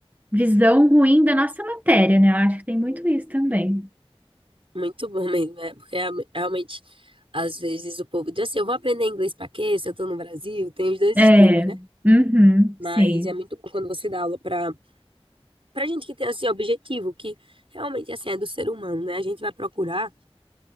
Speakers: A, on the right; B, on the right.
A: visão ruim da nossa matéria, né? Eu acho que tem muito isso também.
B: muito bom mesmo, é, porque real- realmente, às vezes o povo diz assim, eu vou aprender inglês pra quê? Se eu tô no Brasil, tem os dois
A: É,
B: extremos, né?
A: uhum, sim,
B: Mas é muito bom quando você dá aula pra, pra gente que tem, assim, objetivo, que realmente, assim, é do ser humano, né? A gente vai procurar